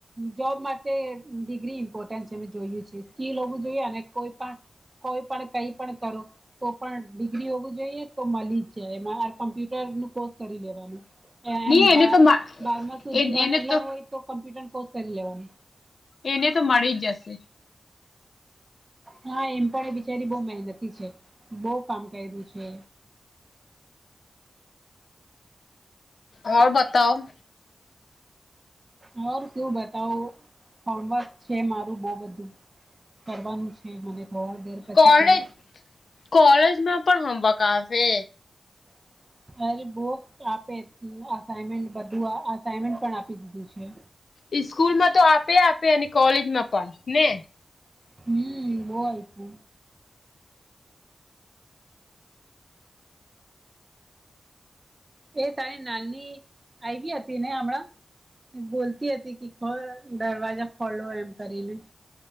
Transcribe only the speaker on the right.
જોબ માટે ડિગ્રી ઇમ્પોર્ટન્ટ છે મે જોયું છે સ્કીિલ હોવું જોઈએ અને કોઈ પણ કોઈ પણ કઈ પણ કરો. તો પણ ડિગ્રી હોવું જોઈએ તો મળી જ જાય એમાં કમ્પ્યુટરનું કોર્સ કરી લેવાનું. એમ
બારમા
સુધી
ભણેલા
હોય તો કોમ્પ્યુટર કોર્સ કરી લેવાનું.
હા એમ પણ એ બિચારી બો મહેનતી છે, બો કામ કર્યું છે‌.
મોર તું બતાવું હોમવર્ક છે મારું બો બધું. કરવાનું છે મને થોડા દેર પછી
કરું
<inaudible> અરે બુક આપે અ અસાઈમેન્ટ બધું અસાઈમેન્ટ પણ આપી દીધું છે.
હમમ બો આયપુ. એ તારી નાની આયવી હતી ને હમણાં. બોલતી હતી કે ખોલ દરવાજા ખોલો એમ કરીને.